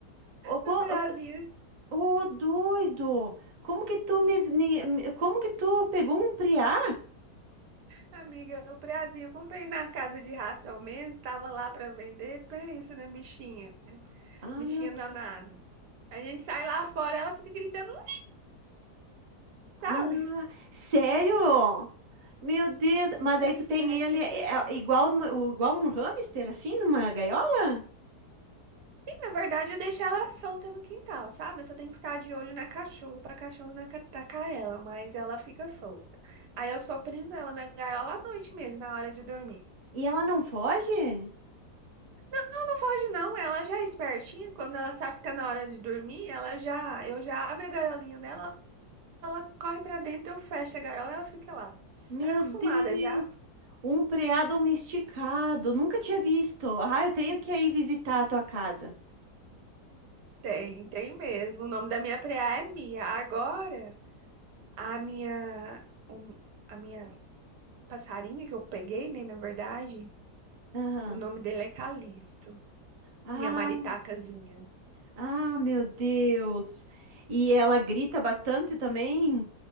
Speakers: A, on the right; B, on the right.
A: Ô, co-
B: a preazinha,
A: ô, ô, doido. Como que tu me, ni- me- como que tu pegou um preá?
B: amiga, o preazinho, eu comprei na casa de ração mesmo, tava lá pra vender, pensa na bichinha,
A: Ah,
B: bichinha
A: meu Deus.
B: danada. A gente sai lá fora, ela fica gritando, não sabe?
A: Ah, sério? Meu Deus, mas
B: É
A: aí tu
B: espertinha
A: tem ele é,
B: que
A: é,
B: só.
A: é igual no- igual um hamster assim numa gaiola?
B: Sim, na verdade, eu deixo ela solta no quintal, sabe? Eu só tenho que ficar de olho na cachorra, pra cachorra não ca- atacar ela, mas ela fica solta. Aí eu só prendo ela na gaiola à noite mesmo, na hora de dormir.
A: E ela não foge?
B: Ela não foge, não, ela já é espertinha. Quando ela sabe que tá na hora de dormir, ela já, eu já abro a gaiolinha dela, ela corre pra dentro, eu fecho a gaiola e ela fica lá.
A: Meu
B: Ela é acostumada
A: Deus!
B: já?
A: Um preá domesticado, nunca tinha visto. Ah, eu tenho que ir visitar a tua casa.
B: Tem, tem mesmo. O nome da minha preá é Mia. Agora, a minha, o- a minha passarinha que eu peguei, né, na verdade.
A: Aham.
B: O nome dele é Calixto,
A: Ah,
B: minha maritacazinha.
A: ah, meu Deus. E ela grita bastante também.